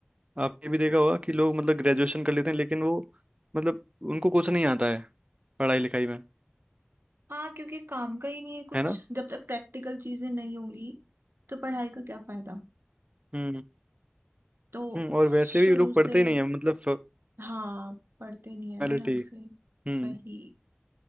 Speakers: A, on the right; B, on the right.
A: आपने भी देखा होगा कि लोग मतलब ग्रेजुएशन कर लेते हैं लेकिन वो मतलब उनको कुछ नहीं आता है पढ़ाई लिखाई में
B: हाँ क्योंकि काम का ही नहीं है कुछ
A: है ना
B: जब तक प्रैक्टिकल चीजें नहीं होंगी तो पढ़ाई का क्या फायदा
A: हम्म
B: तो
A: हम्म और
B: शुरू
A: वैसे भी लोग पढ़ते
B: से
A: ही नहीं है मतलब
B: हाँ पढ़ते नहीं है
A: फॉर्मेलिटी
B: ना ढंग से
A: हम्म
B: वही